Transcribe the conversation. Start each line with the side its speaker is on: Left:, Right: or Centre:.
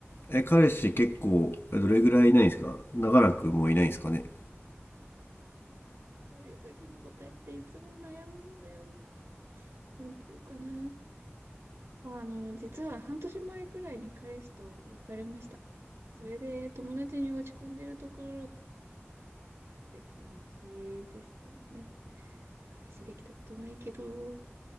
Left: え、彼氏結構、えどれぐらいいないんですか長らくもういないんですかね
Right: こういう時の答えっていつも悩むんだよな。なんていうかな。あの、実は半年前くらいに彼氏と別れました。それで友達に落ち込んでるところって感じですね。彼氏できたことないけど、あ